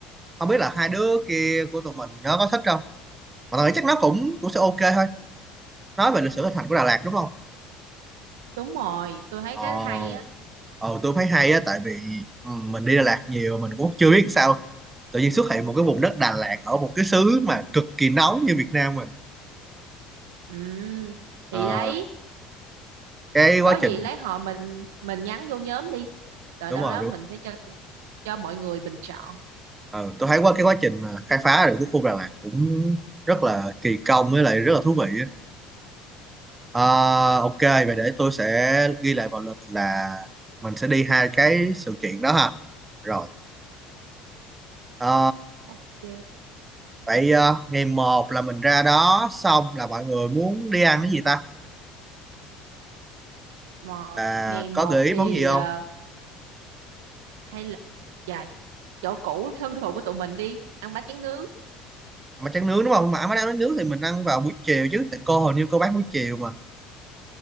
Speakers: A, on the right; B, on the right.
A: không biết là hai đứa kia của tụi mình nó có thích không mà tôi nghĩ chắc nó cũng cũng sẽ ok thôi nói về lịch sử hình thành của Đà Lạt đúng không
B: đúng rồi tôi thấy
A: ồ
B: cái hay á
A: ờ, tôi thấy hay á tại vì ừ, mình đi Đà Lạt nhiều mình cũng chưa biết sao tự nhiên xuất hiện một cái vùng đất Đà Lạt ở một cái xứ mà cực kỳ nóng như Việt Nam mình
B: Ừ,
A: Ờ,
B: thì đấy,
A: cái quá
B: có gì
A: trình
B: lát họ mình mình nhắn vô nhóm đi. Rồi
A: đúng
B: đâu
A: rồi
B: đó
A: đúng
B: mình
A: rồi.
B: sẽ cho tụi- cho mọi người bình chọn.
A: Ờ, tôi thấy qua cái quá trình mà khai phá được cái khu Đà Lạt cũng rất là kỳ công với lại rất là thú vị á. Ờ, ok vậy để tôi sẽ ghi lại vào lịch là mình sẽ đi hai cái sự kiện đó ha rồi ờ,
B: Ok.
A: vậy ờ, ngày một là mình ra đó xong là mọi người muốn đi ăn cái gì ta
B: Mà
A: à,
B: ngày một
A: có gợi ý
B: thì
A: món gì không
B: ờ, hay là dài chỗ cũ thân thuộc của tụi mình đi, ăn bánh tráng nướng
A: mà tráng nướng đúng không mà má đang nói nướng thì mình ăn vào buổi chiều chứ tại cô hình như cô bán buổi chiều mà